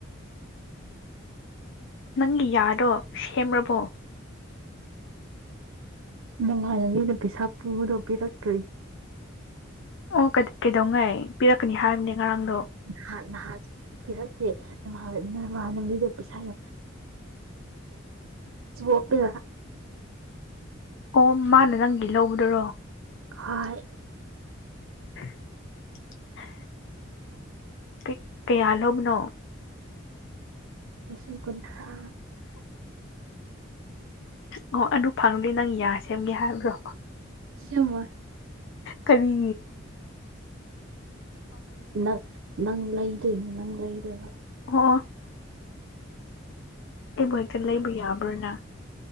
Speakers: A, on the left; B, on the right.
A: ꯅꯪꯒꯤ ꯌꯥꯗꯣ ꯁꯦꯝꯔꯕꯣ
B: ꯅꯉꯥꯟꯗ ꯃꯤꯅ ꯄꯩꯁꯥ ꯄꯨꯕꯗꯣ ꯄꯤꯔꯛꯇ꯭ꯔꯤ
A: ꯑꯣ ꯀꯩꯗꯧꯉꯩ ꯄꯤꯔꯛꯀꯅꯤ ꯍꯥꯏꯕꯅꯦ ꯉꯔꯥꯡꯗꯣ
B: ꯅꯍ ꯅꯍꯥꯁꯨ ꯄꯤꯔꯛꯀꯦ ꯅ ꯅꯃꯅꯕꯤꯗ ꯄꯩꯁꯥ ꯌꯥꯝ ꯆꫭꯄ‌ꯦ
A: ꯑꯣ ꯃꯥꯅ ꯅꯪꯗꯤ ꯂꯧꯕꯗꯨꯔꯣ
B: ꯍꯣꯏ
A: <inaudible> ꯀ ꯀꯌꯥꯂꯧꯕꯅꯣ
B: ꯂꯤꯁꯤꯡ ꯀꯨꯟꯊ꯭ꯔꯥ
A: ꯑꯣ ꯑꯗꯨ ꯐꯪꯪꯂꯨꯗꯦ ꯅꯪ ꯌꯥ ꯁꯦꯝꯒꯦ ꯍꯥꯏꯕ꯭ꯔꯣ
B: ꯑꯁꯦꯡꯕ
A: ꯀꯔꯤ
B: ꯅꯪ ꯅꯪ ꯂꯩꯗꯣꯏꯅꯤ ꯅꯪ ꯂꯩꯗ‌ꫭꯏꯕ
A: ꯑꯣ ꯑꯩꯕꯨ ꯍꯦꯛꯇ ꯂꯩꯕ ꯌꯥꯕ꯭ꯔꯥꯅ